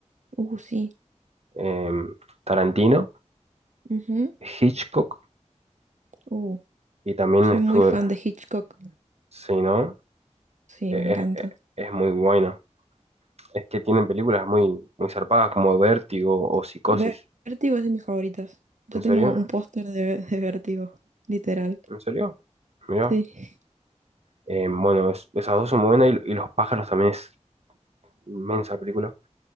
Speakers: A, on the right; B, on the right.
A: Uh, sí.
B: eh, Tarantino,
A: Ujú.
B: Hitchcock
A: Uh,
B: y también
A: soy
B: estuve,
A: muy fan de Hitchcock.
B: si no,
A: Sí,
B: Eh,
A: me encanta.
B: es, es- es muy bueno. Es que tienen películas muy, muy zarpadas como Vértigo o Psicosis.
A: Ver- Vértigo es de mis favoritas. Yo
B: ¿En serio?
A: tengo un póster de, de Vértigo, literal.
B: ¿En serio? Mirá.
A: Sí.
B: Eh, bueno, es- esas dos son muy buenas y, y Los pájaros también es inmensa película.